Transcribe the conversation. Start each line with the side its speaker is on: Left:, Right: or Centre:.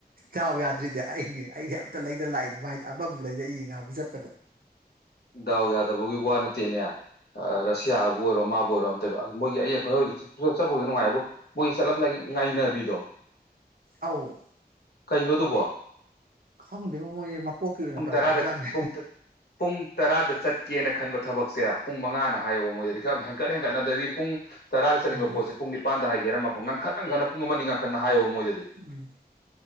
Right: ꯗꯥꯎ ꯌꯥꯗ꯭ꯔꯤꯗꯤ ꯑꯩꯅꯦ ꯑꯩꯗꯤ ꯑꯝꯇ ꯂꯩꯗꯅ ꯂꯥꯛꯏꯅꯦ ꯃꯥꯏꯗꯤ ꯑꯃꯕꯨ ꯂꯩꯔꯛꯏꯌꯦ ꯉꯥꯍꯥꯟꯃꯨꯛ ꯆꯠꯄꯗ
Left: ꯗꯥꯎ ꯌꯥꯗꯕꯒꯤ ꯋꯥ ꯅꯠꯇꯦꯅꯦ ꯑ ꯔꯁꯤꯌꯥ ꯕꯨ ꯑꯣꯏꯔꯣ ꯃꯥꯕꯨ ꯑꯣꯏꯔꯣ ꯑꯝꯇ ꯃꯣꯏꯒꯤ ꯑ ꯍꯣꯏ ꯆꯠꯄꯕꯨꯗꯤ ꯅꯨꯡꯉꯥꯏꯕꯣ ꯃꯣꯏꯒꯤ ꯆꯠꯂꯝꯗꯥꯏ ꯉꯥꯏꯅꯕꯤꯗꯣ
Right: ꯑꯧ
Left: ꯀꯩꯅꯣ ꯑꯗꯨꯕꯣ
Right: ꯈꯪꯗꯦꯉꯣ ꯃꯣꯏꯁꯦ ꯃꯄꯣꯛꯀꯤ ꯑꯣꯏꯅ
Left: ꯄꯨꯡ
Right: ꯇꯧꯔꯛꯑꯕꯖꯥꯠꯅꯦ
Left: ꯇꯔꯥꯗ ꯄꯨꯡ ꯇ ꯇꯔꯥꯗ ꯆꯠꯀꯦꯅ ꯈꯟꯕ ꯊꯕꯛꯁꯦ ꯄꯨꯡ ꯃꯉꯥꯅ ꯍꯥꯏꯌꯣꯕ ꯃꯣꯏꯗꯗꯤ ꯈꯔ ꯍꯦꯟꯀꯠ ꯍꯦꯟꯀꯠꯅ ꯗ꯭ꯔꯗꯤ ꯄꯨꯡ ꯇꯔꯥꯗ ꯆꯠꯅꯤꯡꯕ
Right: ꯎꯝ
Left: ꯄꯣꯠꯁꯦ ꯄꯨꯡ ꯅꯤꯄꯥꯟꯗ ꯍꯥꯏ ꯑꯟꯏꯟꯇꯦꯜꯂꯤꯖꯤꯕꯜ ꯉꯟꯈꯠ ꯉꯟꯈꯠꯅ ꯄꯨꯡ ꯑꯃ ꯑꯅꯤ ꯉꯟꯈꯠꯅ ꯍꯥꯏꯌꯣꯕ ꯃꯣꯏꯗꯗꯤ
Right: ꯎꯝ